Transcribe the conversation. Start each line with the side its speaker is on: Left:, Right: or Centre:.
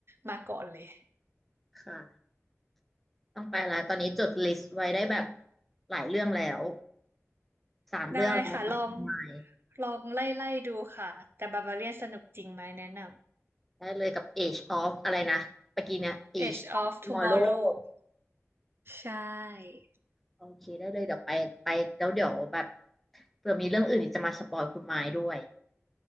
Right: มาก่อนเลย
Centre: ค่ะต้องไปแล้วตอนนี้จดลิสต์ไว้ได้แบบหลายเรื่องแล้วสามเรื่องแล้วจากคุณหมาย
Right: ได้ค่ะ ลอง ลองไล่ไล่ดูค่ะ แต่บาบาเลียนสนุกจริงไหม แนะน
Centre: ได้เลยกับ Age of อะไรนะเมื่อกี้เนี่ย Age
Right: ำ Edge of
Centre: of Tomorrow
Right: Tomorrow ใช่
Centre: โอเคได้เลยเดี๋ยวไปไปแล้วเดี๋ยวแบบเผื่อมีเรื่องอื่นอีกจะมาสปอยคุณหมายด้วย